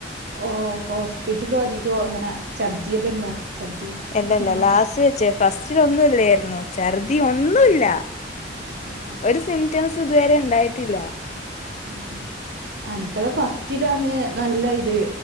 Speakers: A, on the right; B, on the left.
A: ഓ ഹോസ്പിറ്റലും അധികും അങ്ങനെ ഛർദില്ലാം ഇണ്ടോ ഛർദി
B: അല്ലല്ല
A: ക്ഷീണോ
B: ലാസ്റ്റ് വെച്ചേ ഫസ്റ്റിലൊന്നുല്ലേര് ന്നു ഛർദിഒന്നുല്ല
A: ആഹ് ആഹ്
B: ഒരു സിംറ്റംസ് ഇതുവരെ ണ്ടായിട്ടില്ല
A: ആഹ് അനക്കാ ലാം ഫസ് ററിലാണ് നല്ല ഇത്